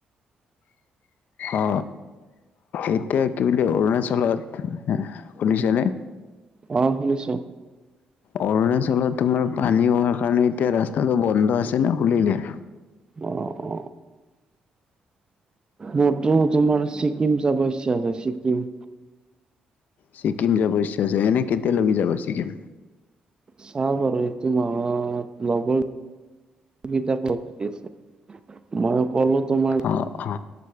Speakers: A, on the left; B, on the right.
A: অ এতিয়া কি বুলি অৰুণাচলত শুনিছেনে?
B: অ শুনিছো।
A: অৰুণাচলত তোমাৰ পানী হোৱাৰ কাৰণে এতিয়া ৰাস্তাটো বন্ধ আছে ন খুলিলে?
B: অ অ মোৰতো তোমাৰ ছিকিম যাব ইচ্ছা আছে ছিকিম।
A: ছিকিম যাব ইচ্ছা যায় এনে কেতিয়া লৈকে যাবা ছিকিম।
B: চাহ বাৰু এইটো মাহত লগৰ কেইটাক লগ ধৰি আছে মই কলো তোমাৰ
A: অ অ